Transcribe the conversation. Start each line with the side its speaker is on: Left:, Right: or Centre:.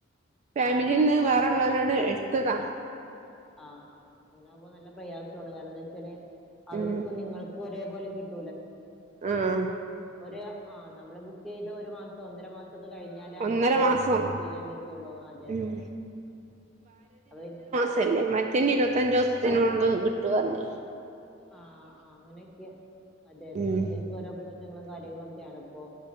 Right: ഫാമിലിന്ന്
Centre: ആഹ് ആഹ്
Right: വേറെള്ളോരോണ്ട് എട്ത്തതാ
Centre: ആഹ ആഹ അങ്ങനെവുമ്പോ നല്ല പ്രയാസുണ് കാരണന്താച്ചാല് അവരിപ്പം
Right: ഉം
Centre: നിങ്ങൾക്കു ഒരേപോലെ കിട്ട
Right: ആഹ്
Centre: ഒരു ആ ന്നമ്മൾ ബുക്കയ് തോരും ഒരു മാസ ഒന്നമാസക്കൊകഴിഞ്ഞാൽ ന്നാലെ അടുത്തത്
Right: ഒന്നര മാസം
Centre: ബുക്കിംഗ ചെയ്യാൻ പറ്റുള്ളൂ അതെ അതെ
Right: ഉം
Centre: അ
Right: റ്റല്ലേ മറ്റേന്നെ ഇരുപത്തഞ്ചോസത്തിനോൾ കിട്ടോർബിനു
Centre: ആ ആ അങ്ങനെയൊക്കെ അതെ അതെ
Right: ഉം
Centre: അങ്ങനെത്തെ ഓരോ പ്രശ്നങ്ങളും കാര്യങ്ങളും ഒക്കെയാണ് പ്പോ